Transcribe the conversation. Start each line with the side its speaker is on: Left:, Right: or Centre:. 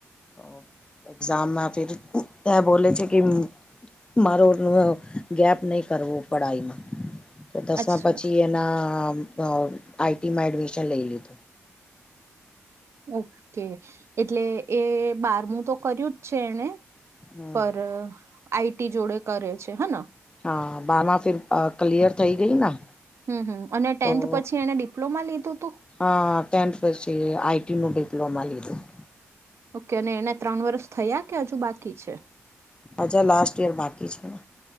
Left: તો એક્ઝામમાં ફિર ત્યાં બોલે છે કે, મારો અ ગેપ નઇ કરવો પડે પડાઈમાં. તો દસમાં
Right: અચ્છા
Left: પછી એના અ આઈટીમાં એડમિશન લઈ લીધું.
Right: ઓકે, એટલે એ બારમું તો કર્યું છે એને,
Left: હમ
Right: પર આઈટી જોડે કરે છે હ ને?
Left: હા બારમાં ફિર અ ક્લિયર થઈ ગઈ ના.
Right: હમ હમ. અને ટેન્થ
Left: તો
Right: પછી એને ડિપ્લોમા લીધુંતું?
Left: હા, ટેન્થ પછી આઈટીનું ડિપ્લોમા લીધું.
Right: ઓકે, અને એને ત્રણ વર્ષ થયા કે અજુ બાકી છે?
Left: અજા લાસ્ટ યર બાકી છેને.